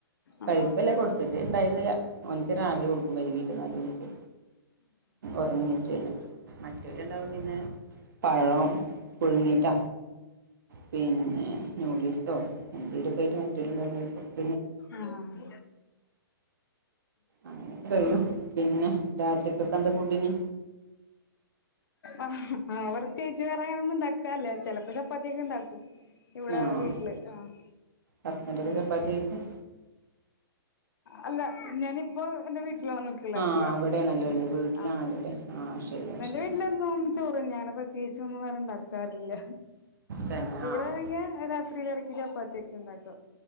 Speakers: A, on the left; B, on the right.
A: ആഹ്
B: കഴുക്കെല്ലാം കൊടുത്തിട്ട് ഇണ്ടായിരുന്നില്ല ഓന്ക്ക് റാഗി കൊടുക്കും വൈകീട്ട് നാല് മണിക്ക് ഉറങ്ങ വച്ച് കഴിഞ്ഞ മറ്റവരും ഉണ്ടാവും പിന്നെ പഴം പുഴുങ്ങീട്ട പിന്നെ ഇമ്ലീസ്സോ എന്തെങ്കിലൊക്കെ ഇട്ട് മറ്റ് രണ്ടാളും <unintelligible>
A: ആഹ്
B: അങ്ങനെയൊക്കെ
A: <unintelligible>
B: കഴിയും പിന്നെ രാത്രിക്കൊക്കെ എന്താ ഫുഡിന്
A: ആഹ് പ്രത്യേകിച്ച് വേറെ അങ്ങനെ ഒന്നും ഇണ്ടാക്കാൻ ഇല്ല. ചെലപ്പോ ചപ്പാത്തിയൊക്കെ ഇണ്ടാക്കും. ഇവിടെ
B: ആഹ്
A: വീട്ടില് ആഹ്
B: ഹസ്ബൻഡൊക്കെ
A: അങ്ങനെ
B: ചപ്പാത്തി കഴിക്കും
A: അല്ല ഞാനിപ്പോ എന്റെ വീട്ടിലാണ് നി ക്കല്
B: ആഹ്
A: അപ്പോ ആഹ്
B: അവിടെയാണല്ലോ അല്ലേ വീട്ടിലാണല്ലോ
A: ആഹ്
B: അല്ലേ ആഹ് ശരിയാണ്
A: ഹസ്ബൻ്റെ
B: ശരി
A: വീട്ടിലെന്നും ചോറ് തന്നെയാണ് പ്രത്യേകിച്ചൊന്നും വേറെ ഇണ്ടാക്കാറില്ല.
B: തന്നെ
A: ഇവിടെണെങ്കി
B: ആഹ്
A: രാ രാത്രിയില് എടക്ക് ചപ്പാത്തിയൊക്കെ ഇണ്ടാക്ക